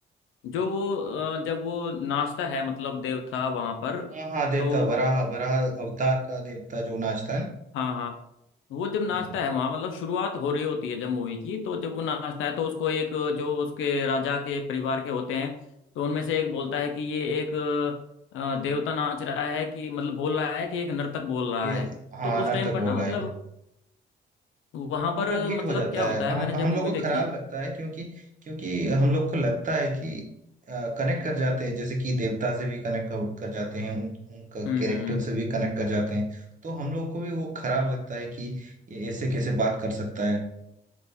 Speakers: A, on the left; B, on the right.
A: जो वो अ, जब वो नाचता है मतलब देवता वहां पर
B: हाँ हाँ देवता
A: तो
B: वराह वराह अवतार का देवता जो नाचता है ना
A: हाँ हाँ वो जब नाचता
B: हाँ
A: है वहां मतलब शुरुआत हो रही होती है जब मूवी की तो जब वो नाचता है तो उसको एक जो उसके राजा के परिवार के होते हैं तो उनमें से एक बोलता है कि ये एक अ, देवता नाच रहा है कि मतलब बोल रहा है कि एक नर्तक बोल रहा
B: ये
A: है
B: हाँ
A: तो उस
B: नर्तक
A: टाइम पर ना
B: बोल रहा
A: मतलब
B: है
A: वहां
B: मतलब
A: पर
B: हिट
A: मतलब
B: हो जाता
A: क्या होता
B: है
A: है
B: हम
A: मैंने जब
B: हम
A: मूवी
B: लोग को
A: देखी
B: खराब लगता है क्योंकि क्योंकि हम लोग को लगता है कि कनेक्ट कर जाते हैं जैसे कि देवता से भी कनेक्ट कर जाते हैं उन, उनका
A: हम्म
B: कैरेक्टर
A: हम्म
B: से भी कनेक्ट कर जाते हैं तो हम लोग को भी वो खराब लगता है कि ये ऐसे कैसे बात कर सकता है